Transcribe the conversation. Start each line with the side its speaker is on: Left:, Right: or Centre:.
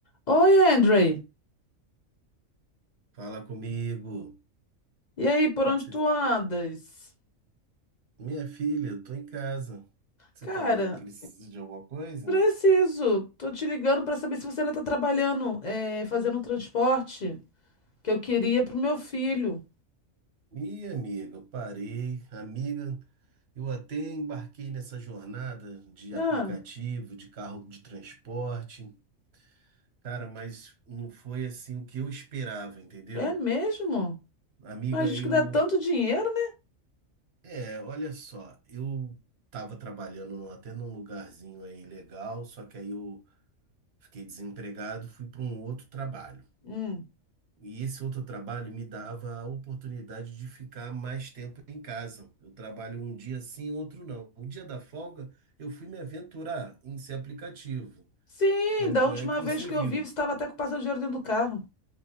Left: Oi, Andrei.
Right: Fala comigo.
Left: E aí, por
Right: Que
Left: onde
Right: que você-
Left: tu andas?
Right: Minha filha, eu tô em casa. Você
Left: Cara,
Right: tá precisa de alguma coisa?
Left: preciso. Tô te ligando pra saber se você ainda tá trabalhando, é, fazendo um transporte que eu queria pro meu filho.
Right: Ih, amiga, eu parei. Amiga, eu até embarquei nessa jornada de
Left: Ah,
Right: aplicativo, de carro de transporte. Cara, mas não foi assim o que eu esperava, entendeu?
Left: é mesmo?
Right: Amiga,
Left: Mas diz
Right: eu.
Left: que dá tanto dinheiro, né?
Right: É, olha só, eu tava trabalhando num- até num lugarzinho aí legal, só que aí eu fiquei desempregado, fui para um outro trabalho.
Left: Hum.
Right: E esse outro trabalho me dava a oportunidade de ficar mais tempo em casa. Eu trabalho um dia sim, outro não. O dia da folga, eu fui me aventurar em ser aplicativo.
Left: Sim,
Right: Tanto
Left: da última
Right: é que você
Left: vez que
Right: viu.
Left: eu vi, você estava até com o passageiro dentro do carro.